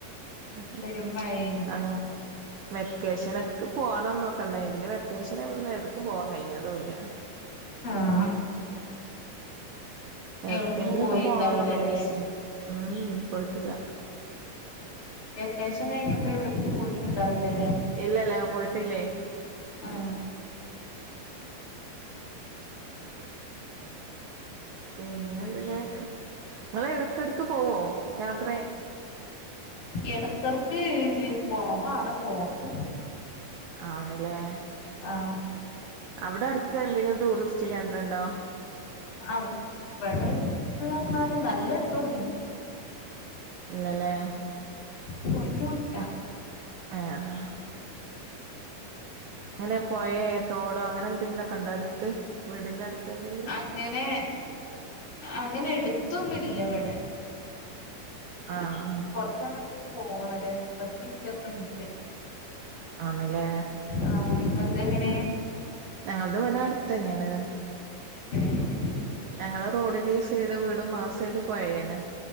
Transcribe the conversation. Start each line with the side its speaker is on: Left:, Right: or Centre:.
Right: ഉം
Left: പെരുമഴേനി
Right: ആഹ് വെക്കേഷനൊക്കെ പോണംന്നൊക് ക്കണ്ടയ് പിന്നെവെക്കേനയപ്പം പിന്നെ എവ്ക്കും പോവാൻകയ്ഞ്ഞതുല്ല.
Left: ആഹ്
Right: എവിടക്കെങ്കിലൊക്കെ
Left: എവിടക്കും പോയിണ്ടാവൂലല്ലേ
Right: പോണംന്നൊക്കെ ഉദ്ദേശിച്ചീനിം. ഉംമ് പോയ്ട്ടില്ല.
Left: വെക്കേഷൻകഴിഞ്ഞപ്പോ എവ്ട്ക്കും പോയ്ട്ടുണ്ടാവില്ലല്ലേ?
Right: ഇല്ലല്ലാ പോയ്ട്ടില്ലേ.
Left: ആഹ്
Right: പിന്നെന്തഞ ങ്ങള് എടക്കെടെക്ക് പോവോയാത്രേ
Left: എടക്കെടെക്ക് കൊറവാണ്പോകല്
Right: ആണ്ലേ
Left: ആഹ്
Right: അവ് ടെ എടുത്ത് എന്തെങ്കിലുംടൂറിസ്റ്റ് കേന്ദ്രംഇണ്ടോ?
Left: അഹ് ഇവടെപ്പോ ന്നല് നല്ലെ എടതൊന്നല്ല
Right: ഇല്ലലേ
Left: കൊർച്ച് വുട്ടാ.
Right: ഏഹ് ആഹ് അങ്ങനെപൊയേ തോടോഅങ്ങനെ എന്തെങ്കിലുഒക്കെണ്ടോ അട്ത്ത് വീടിന്റെ അട്ത്ത്എവടെങ്കിലും.
Left: അങ്ങനെ അങ്ങനെട്ത്തൊന്നുല്ല ഇവടെ
Right: ആഹ്
Left: കൊറച്ചഅങ്ങട്ട് പോണം ഒരഞ്ച്, പത്ത് ഇൻറ്റൊക്കെണ്ട്.
Right: ആണ്ലേ?
Left: ആഹ് ഇങ്ങൾതെങ്ങനെ?
Right: ഞങ്ങൾത് ഇവടെ അട്ത്തെന്നെണ്.
Left: ഏഹ്
Right: ഞങ്ങളെറോഡിന്റെ ഈസൈഡ് വീടും ആസൈഡ്പൊയേണ്.